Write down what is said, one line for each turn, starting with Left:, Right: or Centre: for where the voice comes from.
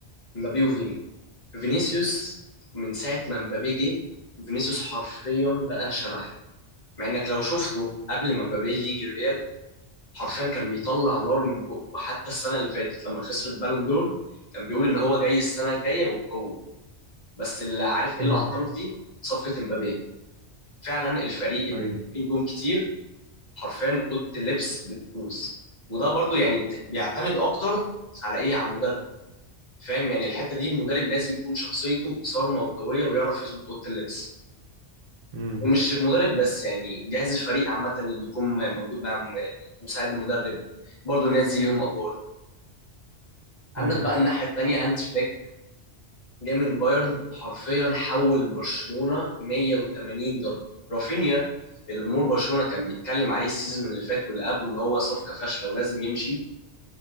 Left: مبابي وفيني فينيسيوس من ساعه ما مبابي جه فينيسيوس حرفيا بقى شبح مع انك لو شفته قبل ما مبابي يجي الريال حرفيا كان بيطلع نار من بقه وحتى السنه اللي فاتت لما خسر البالون دور كان بيقول ان هو جاي السنه الجايه وبقوه بس اللي عارف ايه
Right: امم
Left: اللي عطله في دي صفقه امبابي فعلا الفريق اللي
Right: أي
Left: فيه نجوم كتير حرفيا اوضه اللبس بتبوظ وده برضو يعني بت- بيعتمد اكتر على ايه على المدرب فاهم يعني الحته دي المدرب لازم يكون شخصيته صارمه وقويه ويعرف يظبط اوضه اللبس
Right: امم
Left: ومش المدرب بس يعني جهاز الفريق عامه اللي بيكون موجود مع م- مساعد المدرب برضو الناس دي ليهم ادوار عندك
Right: أي
Left: بقى الناحية التانية هانز فليك جاي من بايرن حرفيا حول برشلونة 180 درجة رافينيا اللي جمهور برشلونة كان بيتكلم عليه السيزون اللي فات واللي قبله ان هو صفقة فاشلة ولازم يمشي